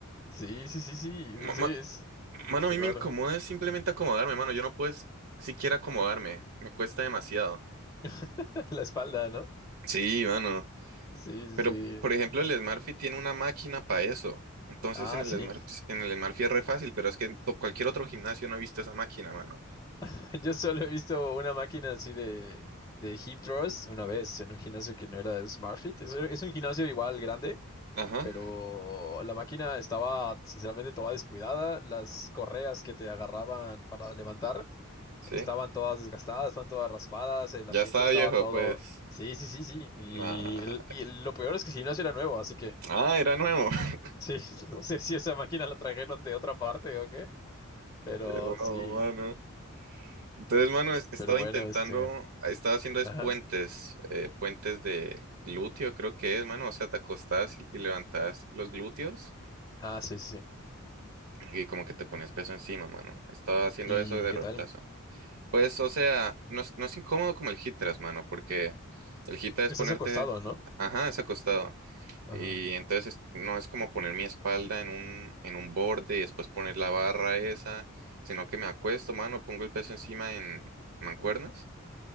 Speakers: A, on the left (about 15°); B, on the right (about 80°).
A: Sí, sí, sí, sí, no
B: Ma-
A: sé,
B: ma-
A: es
B: mano, a
A: raro.
B: mí me incomoda simplemente acomodarme, mano. Yo no puedo es- siquiera acomodarme. Me cuesta demasiado.
A: <laughs> La espalda, no
B: Sí, mano.
A: Sí, sí.
B: Pero,
A: sí.
B: por ejemplo, el Smartfit tiene una máquina para eso. Entonces,
A: Ah,
B: en el
A: sí.
B: Smart, en el Smartfit es re fácil, pero es que en to- cualquier otro gimnasio no he visto esa máquina, mano.
A: <laughs> Yo solo he visto una máquina así de, de hip thrust una vez en un gimnasio que no era de SmartFit. Es, es un gimnasio igual grande,
B: Ajá,
A: pero la máquina estaba sinceramente toda descuidada. Las correas que te agarraban para levantar
B: sí.
A: estaban todas desgastadas, estaban todas raspadas, el
B: Ya
A: asiento
B: estaba
A: estaba
B: viejo,
A: todo...
B: pues.
A: Sí, sí, sí, sí. Y,
B: Nah.
A: el- y lo peor es que el gimnasio era nuevo, así que
B: Ah, era nuevo. <laughs>
A: sí, <laughs> no sé si esa máquina la trajeron de otra parte o qué, pero
B: Qué robo,
A: sí.
B: mano. Entonces, mano, he he estado
A: Pero bueno,
B: intentando,
A: este.
B: he estado haciendo es
A: Ajá.
B: puentes, eh, puentes de glúteo, creo que es, mano. O sea, te acostás y y levantás los glúteos
A: Ah, sí, sí. sí.
B: y como que te pones peso encima, mano. He estado haciendo
A: ¿Y
B: eso de
A: qué
B: reemplazo.
A: tal?
B: Pues, o sea, no es, no es incómodo como el hip thrust, mano, porque el hip thrust
A: Estás
B: es ponerte,
A: acostado, ¿no?
B: ajá, es acostado.
A: Ajá.
B: Y entonces es- no es como poner mi espalda en un, en un borde y después poner la barra esa, sino que me acuesto, mano, pongo el peso encima en mancuernas